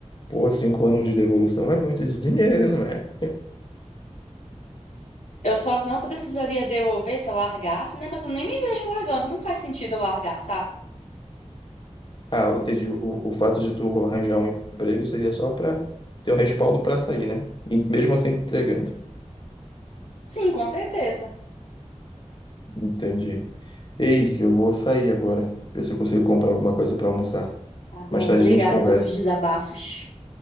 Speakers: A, on the left; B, on the left.
A: Pô, cinco anos de devolução é muito dinheiro, não é
B: Eu só não precisaria devolver se eu largasse, né? Mas eu nem me vejo largando, não faz sentido eu largar, sabe?
A: Ah, eu entendi. O, o fato de tu arranjar um emprego seria só para ter um respaldo para sair, né? E mesmo assim entregando.
B: Sim, com certeza.
A: Entendi. Ei, eu vou sair agora. Ver se eu consigo comprar alguma coisa para almoçar.
B: Tá bom,
A: Mais tarde
B: obrigada
A: a gente conversa.
B: pelos desabafos.